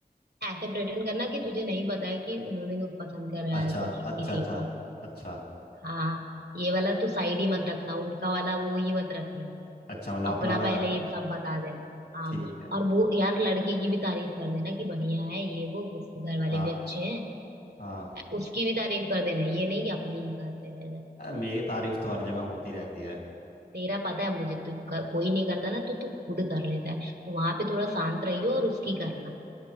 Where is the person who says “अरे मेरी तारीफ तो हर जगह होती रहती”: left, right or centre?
Left